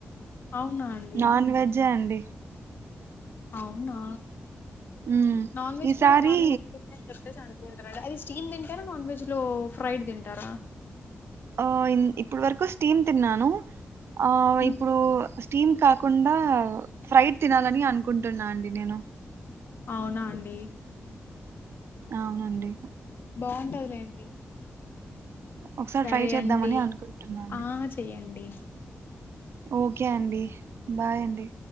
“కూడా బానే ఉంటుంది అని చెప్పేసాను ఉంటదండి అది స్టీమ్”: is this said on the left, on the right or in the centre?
Left